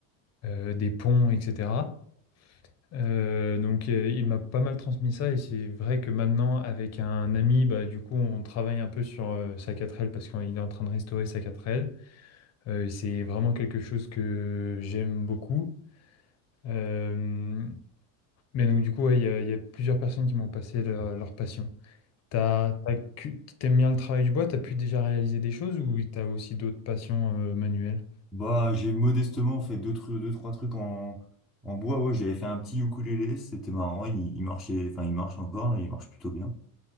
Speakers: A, on the left; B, in the centre.
A: euh, des ponts, etc. Heu, donc heu, il m'a pas mal transmis ça et c'est vrai que maintenant avec un ami, bah, du coup, on travaille un peu sur, heu, sa 4L parce qu'il est en train de restaurer sa 4L, heu et c'est vraiment quelque chose que j'aime beaucoup. Hem, mais donc du coup, ouais, il y a il y a plusieurs personnes qui m'ont passé leur leur passion. Tu as tu as bien le travail du bois? t'as pu déjà réaliser des choses ou t'as aussi d'autres passions, heu, manuelles?
B: Bah, j'ai modestement fait deux, tru- deux trois trucs en, en bois. Ouais, j'avais fait un petit ukulélé, c'était marrant. Il, il marchait, enfin, il marche encore là, il marche plutôt bien.